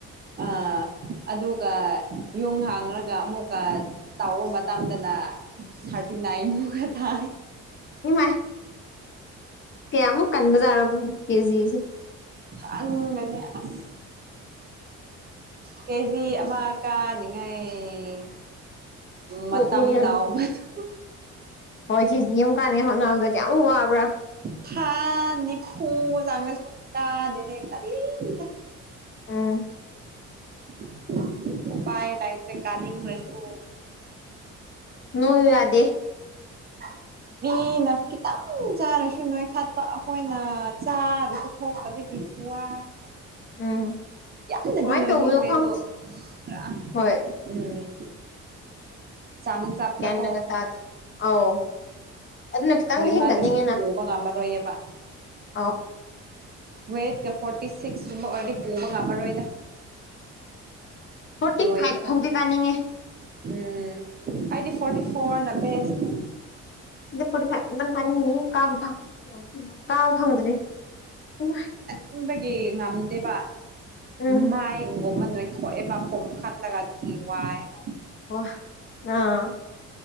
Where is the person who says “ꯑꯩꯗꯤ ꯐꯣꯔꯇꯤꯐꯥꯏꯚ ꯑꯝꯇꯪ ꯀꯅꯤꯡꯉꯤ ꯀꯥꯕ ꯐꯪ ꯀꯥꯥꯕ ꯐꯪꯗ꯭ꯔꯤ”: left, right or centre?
Left